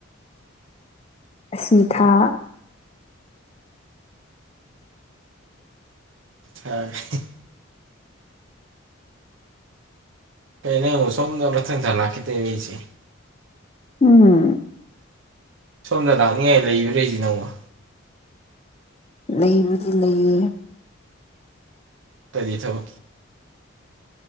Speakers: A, on the left; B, on the right.
A: ꯑꯁꯤ ꯊꯥ
B: ꯑ <unintelligible> <inaudible> ꯀꯩꯩꯅꯨ ꯁꯗꯣ ꯅ ꯊꯂ ꯀꯈꯤꯗꯁꯤ <inaudible>
A: ꯎꯝ
B: ꯁꯣꯝꯅ ꯂꯥꯛꯅꯤꯡꯉꯥꯏ ꯂꯩꯕꯨꯔꯔꯤꯁꯤ ꯅꯪꯃ
A: ꯂꯩꯕꯨꯗꯤ ꯂꯩꯌꯦ
B: ꯀꯔꯤ ꯊꯧ